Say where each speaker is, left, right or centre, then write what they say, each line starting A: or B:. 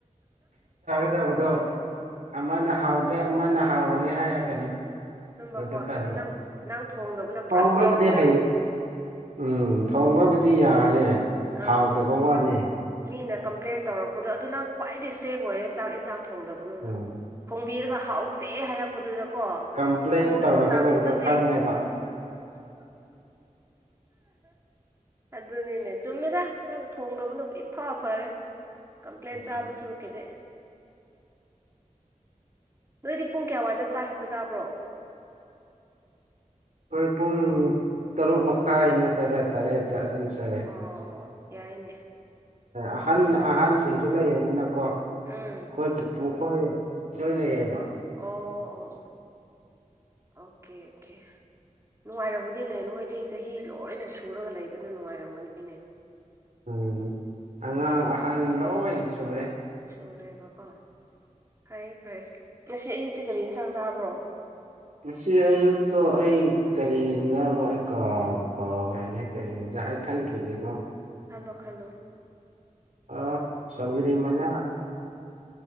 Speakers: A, on the right; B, on the right.
A: ꯄꯤꯖꯕꯗꯣ ꯑꯃꯅ ꯍꯥꯎꯇꯦ ꯑꯃꯅ ꯍꯥꯎꯔꯕꯅꯤ ꯍꯥꯏꯔꯛꯀꯅꯤ
B: ꯆꯨꯝꯕꯀꯣ
A: ꯑꯗꯨꯗ
B: ꯑꯗꯨꯗꯤ
A: ꯇꯟꯕ
B: ꯅꯪ ꯅꯪ ꯊꯣꯡꯗꯕꯅ ꯄꯨꯔꯥ
A: ꯊꯣꯡꯕꯕꯨꯗꯤ
B: ꯁꯦꯞ ꯑꯣꯏꯔꯦ
A: ꯍꯩ ꯎꯝ ꯊꯣꯡꯕꯕꯨꯗꯤ ꯌꯥꯏꯑꯦ
B: ꯑꯥ
A: ꯍꯥꯎꯗꯕ ꯋꯥꯅꯦ
B: ꯃꯤꯅ ꯀꯝꯄ꯭ꯂꯦꯟ ꯇꯧꯔꯛꯄꯗꯣ ꯑꯗꯨ ꯅꯪ ꯈ꯭ꯋꯥꯏꯗꯤ ꯁꯦꯐ ꯑꯣꯏꯔꯦ ꯆꯥꯛ ꯌꯦꯟꯁꯥꯡ ꯊꯣꯡꯗꯕꯗꯨꯗ
A: ꯎꯝ
B: ꯊꯣꯡꯕꯤꯔꯒ ꯍꯥꯎ ꯀꯩ ꯍꯥꯏꯔꯛꯄꯗꯨꯗ ꯀꯣ
A: ꯀꯝꯄ꯭ꯂꯦꯟ
B: ꯊꯃꯣꯏ
A: ꯇꯧꯔꯛꯀꯗꯕꯗꯣ
B: ꯆꯥꯛꯄꯗꯨꯗꯤ
A: ꯈꯪꯉꯦꯕ
B: ꯑꯗꯨꯅꯤꯅꯦ ꯆꯨꯝꯃꯤꯗ ꯅꯪ ꯊꯣꯡꯗꯕꯅꯕꯨ ꯏꯐ ꯐꯔꯦ ꯀꯝꯄ꯭ꯂꯦꯟ
A: ꯎꯝ
B: ꯆꯥꯕ ꯁꯔꯨꯛꯀꯤꯗꯤ ꯅꯣꯏꯗꯤ ꯄꯨꯡ ꯀꯌꯥ ꯋꯥꯏꯗ ꯆꯥꯛ ꯍꯦꯛꯇ ꯆꯥꯕ꯭ꯔꯣ
A: ꯑꯩꯈꯣꯏ ꯄꯨꯡ ꯇꯔꯨꯛ ꯃꯈꯥꯏ ꯅꯠꯇ꯭ꯔꯒ ꯇꯔꯦꯠꯇ ꯑꯗꯨꯝ ꯆꯥꯏꯌꯦ
B: ꯑꯣ ꯑꯣ ꯌꯥꯏꯅꯦ
A: ꯑꯍꯜ
B: ꯄꯨꯔꯥ ꯄ꯭ꯔꯣꯄꯔ
A: ꯑꯍꯜꯁꯤꯡꯁꯨ ꯂꯩꯕꯅꯤꯅꯀꯣ ꯑꯩꯈꯣꯏ
B: ꯎꯝ
A: ꯄꯨꯄꯨ ꯍꯣꯏ ꯂꯣꯏ ꯂꯩꯌꯦꯕ
B: ꯑꯣ ꯑꯣ ꯑꯣ ꯑꯣꯀꯦ ꯑꯣꯀꯦ ꯅꯨꯡꯉꯥꯏꯔꯝꯒꯅꯤꯅꯦ ꯅꯈꯣꯏꯗꯤ ꯆꯍꯤ ꯂꯣꯏꯅ ꯁꯨꯔꯒ ꯂꯩꯕꯗꯣ ꯅꯨꯡꯉꯥꯏꯔꯝꯒꯅꯤꯅꯦ
A: ꯎꯝ ꯑꯉꯥꯡ ꯑꯍꯜ ꯂꯣꯏꯅ ꯁꯨꯔꯦ
B: ꯁꯨꯔꯦꯕꯀꯣ ꯐꯩ ꯐꯩ ꯉꯁꯤ ꯑꯌꯨꯛꯇꯤ ꯀꯔꯤ ꯏꯟꯁꯥꯡ ꯆꯥꯕ꯭ꯔꯣ
A: ꯉꯁꯤ ꯑꯌꯨꯛꯇꯣ ꯑꯩ ꯀꯔꯤ ꯏꯟꯖꯥꯡꯅꯣ ꯑꯩ ꯀꯥꯎꯕꯨ ꯀꯥꯎꯈ꯭ꯔꯦꯅꯦ ꯀꯔꯤ ꯌꯥꯏ ꯈꯥꯟ ꯀꯒꯀꯣ
B: ꯈꯜꯂꯣ ꯈꯜꯂꯣ
A: ꯑ ꯁꯧꯒꯔꯤ ꯃꯅ